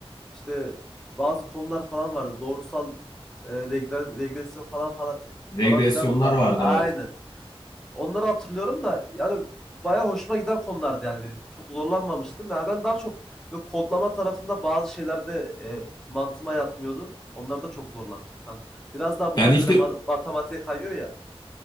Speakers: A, in the centre; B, on the left.
A: İşte bazı konular falan vardı. Doğrusal e, regre- regresyon falan falan
B: Regresyonlar
A: falan filan vardı.
B: vardı
A: Aynen.
B: evet.
A: Onları hatırlıyorum da yani bayağı hoşuma giden konulardı yani benim. Çok zorlanmamıştım. Yani ben daha çok böyle kodlama tarafında bazı şeylerde e, mantığıma yatmıyordu. Onları da çok zorlanmıştım kanka. Biraz daha bunlar
B: Ben işte
A: böyle ma- matematiğe kayıyor ya.